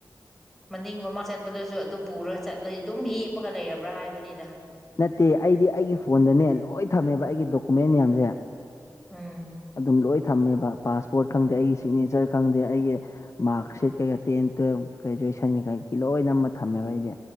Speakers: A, in the centre; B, on the left (about 45°).
A: ꯃꯅꯤꯡ ꯃꯃꯥꯡ ꯆꯠꯄꯗꯁꯨ ꯑꯗꯨ ꯄꯨꯔꯒ ꯆꯠꯂ ꯑꯗꯨꯝ ꯌꯦꯞꯄꯒ ꯂꯩꯔꯕ꯭ꯔꯥ ꯍꯥꯏꯕꯅꯤꯗ
B: ꯅꯠꯇꯦ ꯑꯩꯗꯤ ꯑꯩꯒꯤ ꯐꯣꯟꯗꯅꯦ ꯂꯣꯏ ꯊꯝꯃꯦꯕ ꯑꯩꯒꯤ ꯗꯣꯀꯨꯃꯦꯟ ꯃꯌꯥꯝꯁꯦ
A: ꯎꯝ
B: ꯑꯗꯨꯝ ꯂꯣꯏ ꯊꯝꯃꯦꯕ ꯄꯥꯁꯄꯣꯠ ꯈꯪꯗꯦ ꯑꯩꯒꯤ ꯁꯤꯛꯅꯦꯆꯔ ꯈꯪꯗꯦ ꯑꯩꯒꯤ ꯃꯥꯛ ꯁꯤꯠ ꯀꯩꯀꯥ ꯇꯦꯟ ꯇꯨꯋꯦꯜꯞ ꯒ꯭ꯔꯦꯖꯨꯋꯦꯁꯟꯒꯤ ꯀꯩꯒꯤ ꯂꯣꯏ ꯅꯝꯃ ꯊꯝꯃꯦꯕ ꯑꯩꯗꯤ